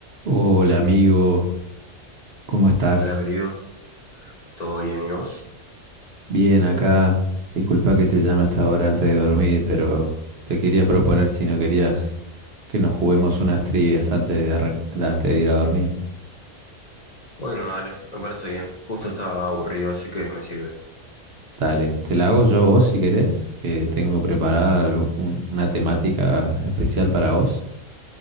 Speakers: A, on the right; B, on the left.
A: Hola amigo, ¿cómo estás?
B: Hola querido, ¿todo bien y vos?
A: Bien acá. Disculpa que te llame hasta ahora antes de dormir, pero te quería proponer si no querías que nos juguemos unas trivias antes de arran- de antes de ir a dormir.
B: Bueno, dale, me parece bien. Justo estaba aburrido, así que me sirve.
A: Dale, te la hago yo a vos si querés, que tengo preparada algo- un- una temática especial para vos